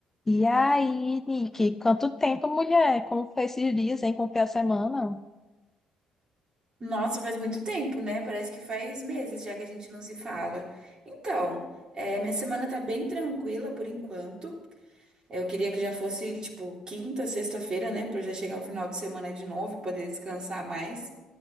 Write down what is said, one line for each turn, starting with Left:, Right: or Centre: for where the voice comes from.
Left: E aí, Nick, quanto tempo, mulher? Como foi esses dias, hein? Como foi a semana?
Right: Nossa, faz muito tempo, né? Parece que faz meses já que a gente não se fala. Então, é, minha semana tá bem tranquila por enquanto. Eu queria que já fosse, tipo, quinta, sexta-feira, né? Pra eu já chegar ao final de semana de novo e poder descansar mais